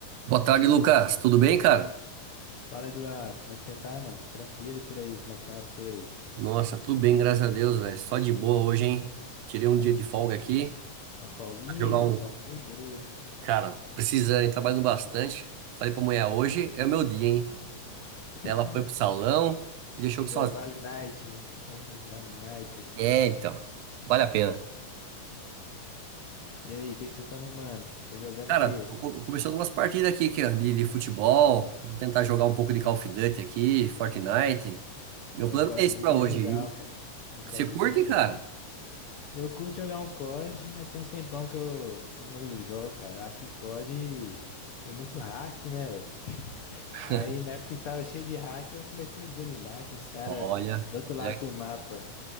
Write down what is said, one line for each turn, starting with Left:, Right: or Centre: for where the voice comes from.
Right: Boa tarde, Lucas. Tudo bem, cara?
Left: Fala, Eduardo, como é que você tá, mano? Tranquilo e por aí, como é que estão as coisas?
Right: Nossa, tudo bem, graças a Deus, velho. Só de boa hoje, hein? Tirei um dia de folga aqui.
Left: Uma folguinha?
Right: Vai Jogar um.
Left: Folguinha boa, hein?
Right: Cara, precisando, hein? Trabalhando bastante. Falei pra mulher, hoje é o meu dia, hein? Ela
Left: <laughs>
Right: foi pro salão e deixou
Left: Já
Right: eu sozinho.
Left: é o Vale Night, né? Já é o Vale Night. ele.
Right: É, então. Vale a pena.
Left: E aí, o que que você tá arrumando? Tá jogando
Right: Cara,
Left: o quê?
Right: tô co- começando umas partidas aqui, aqui ó, de, de futebol. Vou tentar jogar um pouco de Call of Duty aqui, Fortnite. Meu
Left: Ah,
Right: plano
Left: um CODzinho
Right: é esse pra hoje.
Left: é legal,
Right: E
Left: cara. Um CODzinho
Right: Você curte,
Left: é bom,
Right: cara?
Left: hein? Eu curto jogar um code, mas tem um tempão que eu, que eu não jogo, cara. Eu Acho que code tem muito hack, né, velho?
Right: <laughs>
Left: Aí na época que tava cheio de hack, eu comecei a desanimar que os caras
Right: Olha,
Left: do outro
Right: olha.
Left: lado do mapa